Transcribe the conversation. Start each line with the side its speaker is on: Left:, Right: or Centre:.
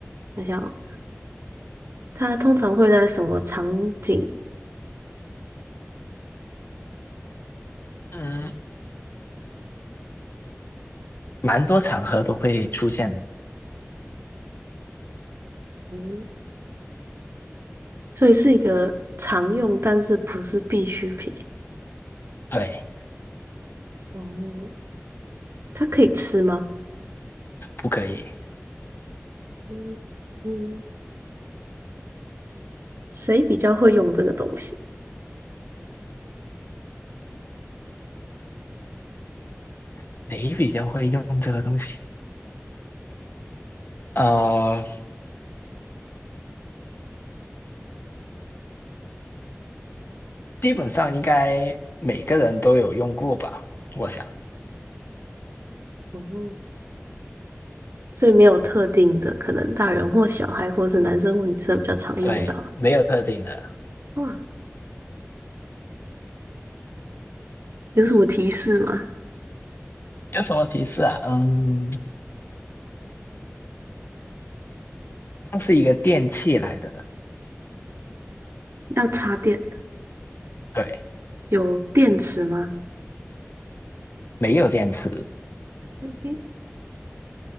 Right: 想想哦，它通常会在什么场景？
Left: 嗯，蛮多场合都会出现，
Right: 嗯。所以是一个常用，但是不是必需品。
Left: 对，
Right: 哦，它可以吃吗？
Left: 不可以。
Right: 嗯嗯，谁比较会用这个东西？
Left: 谁比较会用这个东西？呃，基本上应该每个人都有用过吧，我想，
Right: 哦，所以没有特定的，可能大人或小孩，或是男生或女生比较常用到啊
Left: 对，没有特定的。
Right: 哇，有什么提示吗？
Left: 有什么提示啊？嗯，它是一个电器来的，
Right: 要插电
Left: 对，
Right: 有电池吗？
Left: 没有电池，
Right: 有电。